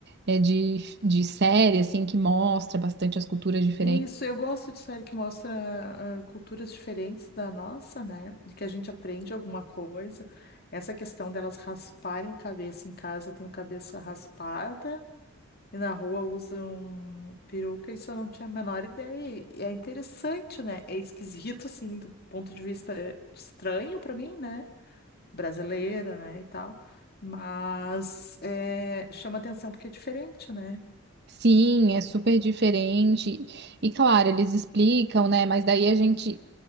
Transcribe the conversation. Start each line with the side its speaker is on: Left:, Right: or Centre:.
Right: é, de, de série, assim, que mostra bastante as culturas diferentes.
Left: Isso, eu gosto de série que mostra ah, culturas diferentes da nossa, né? De que a gente aprende alguma coisa. Essa questão delas rasparem a cabeça em casa, eu tenho cabeça raspada. E na rua usam peruca, isso eu não tinha a menor ideia. E é interessante, né? É esquisito, assim, do ponto de vista estranho pra mim, né? Brasileira, né? E tal. Mas é, chama atenção porque é diferente, né?
Right: Sim, é super diferente. E claro, eles explicam, né? Mas daí a gente